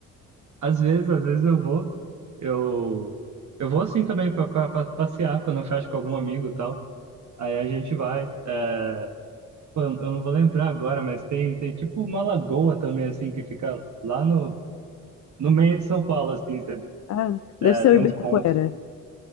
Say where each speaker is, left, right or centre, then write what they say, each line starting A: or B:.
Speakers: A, on the right; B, on the left.
A: Às vezes, às vezes eu vou, eu, eu vou assim também pra, pra, pra passear quando eu fecho com algum amigo e tal. Aí a gente vai. É, Pô, eu não vou lembrar agora, mas tem, tem tipo uma lagoa também, assim, que fica lá no, no meio de São Paulo, assim, você-
B: Ah, deve
A: é,
B: ser
A: tem
B: o Ibirapuera.
A: uns pontos.